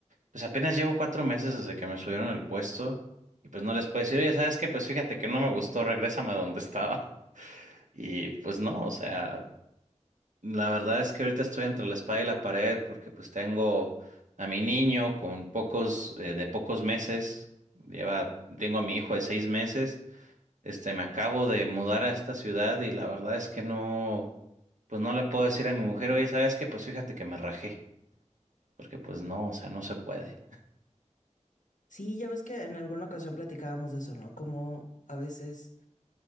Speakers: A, on the right; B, on the left.
A: pues apenas llevo cuatro meses desde que me subieron el puesto y pues no les puedo decir, oye, ¿sabes qué? Pues fíjate que no me gustó, regrésame a donde estaba. <laughs> Y pues no, o sea, la verdad es que ahorita estoy entre la espada y la pared porque pues tengo a mi niño con pocos, eh, de pocos meses, lleva, tengo a mi hijo de seis meses este, me acabo de mudar a esta ciudad y la verdad es que no, pues no le puedo decir a mi mujer, oye, ¿sabes qué? Pues fíjate que me rajé, porque pues no, o sea, no se puede.
B: Sí, ya ves que en alguna ocasión platicábamos de eso, ¿no? Como a veces